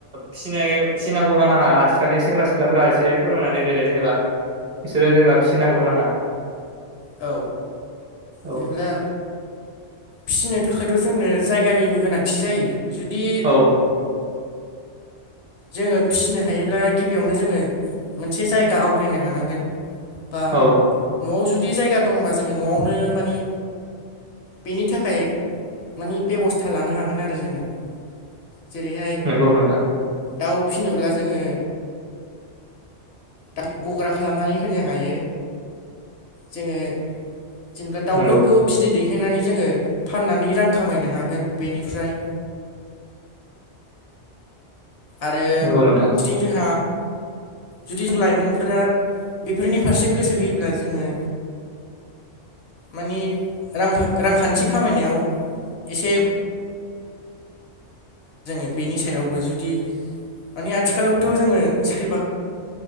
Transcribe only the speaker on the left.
औ
बिदिब्ला फिसिनो थाखायथ' जोंनो जायगानिबो गोनांथि जायो जुदि
जोङो फिसिनो हायोब्ला गिबियावनो जोङो मोनसे जायगा आवग्रिनो हानांगोन। बा
न'वाव जुदि जायगा दङबा जोङो न'वावनो माने बेनि थाखाय माने बेब'स्था लानो हागोन आरो जोङो जेरैहाय
दाउ फिसिनोब्ला जोङो <unintelligible> गग्रा खालामनानै होनो हायो। जोङो जेनेब्ला दाउफोरखौ
बिदै दैहायनानै जोङो फाननानै रां खामायनो हागोन बेनिफ्राय आरो <unintelligible>
जोंहा जुदि जों लाइमोनफोरा बेफोरनि फारसे गोसो होयोब्ला जोङो माने रां रांखान्थि खामायनायाव एसे <inaudible> बेनि सायावबो जुदि माने आथिखालावथ' जोङो साख्रि बा